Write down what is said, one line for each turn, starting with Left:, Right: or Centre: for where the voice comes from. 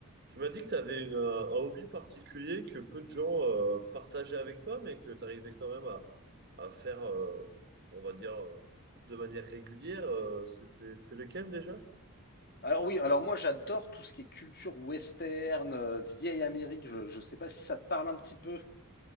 Right: Tu m'as dit que tu avais une, euh, un hobby particulier que peu de gens euh, partageaient avec toi, mais que tu arrivais quand même à, à faire, euh, on va dire, euh, de manière régulière. euh, c'est c'est- c'est lequel déjà?
Left: Alors oui, alors moi j'adore tout ce qui est culture western, euh, vieille Amérique, je, je sais pas si ça te parle un petit peu.